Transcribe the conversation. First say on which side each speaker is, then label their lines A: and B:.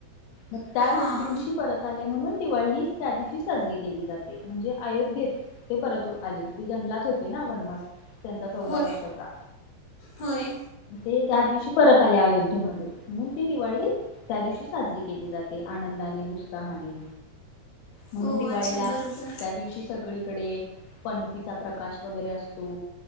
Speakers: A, on the left; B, on the left.
A: मग त्या
B: हां
A: दिवशी परत आले त्याच दिवशी परत आले म्हणून दिवाळी ही साजरी साजरी केली जाते म्हणजे अयोध्येत ते परत आले ते जंगलात होते ना वनवास त्यांचा चौदा
B: होय
A: वर्षाचा
B: होय.
A: ते त्या दिवशी परत आले अयोधध्येमध्ये म्हणून ती दिवाळी त्या दिवशी साजरी केली जाते आनंदाने उत्साहाने. म्हणून
B: हो
A: दिवाळीला
B: अच्छा बरोबर
A: त्या दिवशी सगळी इकडे पणतीीचा प्रकाश वगैरे असतो